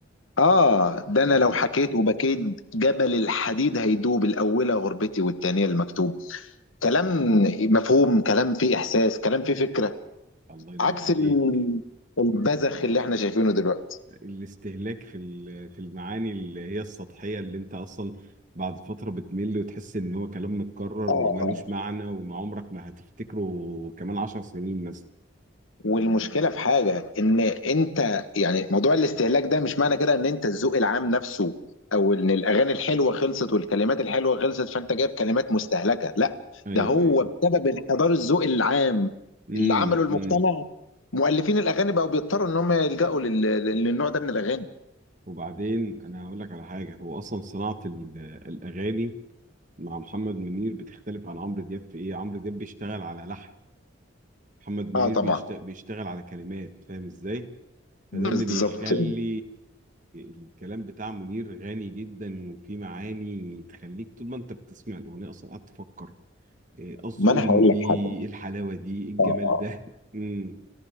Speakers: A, on the left; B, on the right.
A: اه ده انا
B: امم
A: لو حكيت وبكيت جبل الحديد هيدوب الاولى غربتي والتانية المكتوب كلام مفهوم كلام فيه احساس كلام فيه فكرة
B: الله ينور
A: عكس
B: عليك
A: ال- البذخ اللي احنا شايفينه دلوقتي
B: الاستهلاك في ال- في المعاني اللي هي السطحية اللي انت اصلا بعد فترة بتمل وتحس ان هو كلام متكرر
A: اه
B: ومالوش
A: اه
B: معنى وما عمرك ما هتفتكره كمان عشر سنين مثلا
A: والمشكله في حاجه ان انت يعني موضوع الاستهلاك ده مش معنى كده ان انت الذوق العام نفسه او ان الاغاني الحلوه خلصت والكلمات الحلوه خلصت فانت جايب كلمات مستهلكه لا
B: ايوه
A: ده هو
B: ايوه
A: بسبب انحدار الذوق العام
B: امم
A: اللي عمله المجتمع
B: امم
A: مؤلفين الاغاني بقوا بيضطروا ان هم يلجأوا لل- للنوع ده من الاغاني
B: وبعدين انا هقول لك على حاجة هو اصلا صناعة ال- الاغاني مع محمد منير بتختلف عن عمرو دياب في ايه عمرو دياب بيشتغل على لحن محمد منير
A: اه طبعا
B: بيشت- بيشتغل على كلمات فاهم ازاي فده
A: بالظبط
B: اللي بيخلي الكلام بتاع منير غني جدا وفي معاني تخليك طول ما انت بتسمع الاغنيه اصلا قاعد تفكر إيه قصده
A: ما انا
B: ايه من
A: هقول
B: دي
A: لك حاجه
B: ايه الحلاوه دي ايه الجمال
A: اه آه.
B: ده <laughs> امم